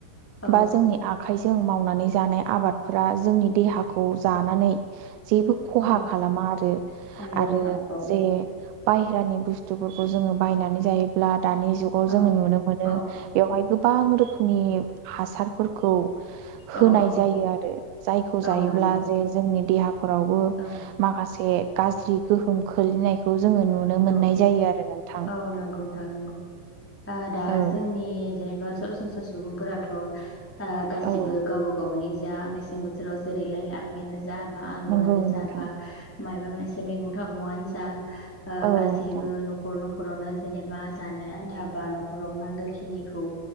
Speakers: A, in the centre; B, on the right.
A: औ
B: बा जोंनि आखाइजों मावनानै जानाय आबादफोरा जोंनि देहाखौ जानानै जेबो खहा
A: औ
B: खालामा आरो
A: नंगौ
B: आरो
A: नोंथां औ
B: जे बायहेरानि बुस्थुफोरखौ जोङो बायनानै जायोब्ला दानि जुगाव
A: औ
B: जोङो नुनो मोनो
A: औ
B: बेवहाय गोबां रोखोमनि हासारफोरखौ होनाय
A: औ औ
B: जायो आरो जायखौ
A: औ
B: जायोब्ला
A: नंगौ
B: जे जोंनि देहा फोरावबो
A: औ
B: माखासे गाज्रि गोहोम खोलैनायखौ जोङो नुनो मोननाय
A: औ
B: जायो आरो नोंथां।
A: औ नंगौ नोंथां नंगौ आ दा
B: औ
A: जोंनि जेनेबा सरासनस्रा सुबुंफोराथ' ओ गासिबो
B: औ
A: गावबा गावनि जा मेसें बोथोराव जेरै लाइ लाफायानो जा बा आलुआनो
B: नंगौ
A: जा
B: नोंथां
A: बा मायाबा मोनसे मैगं थाइगंआनो जा ओ
B: औ
A: गासैबो
B: नोंथां
A: न'खर नख न'खरावनो जेनेबा जानो आनथा बा न'खराव नांगौखिनिखौ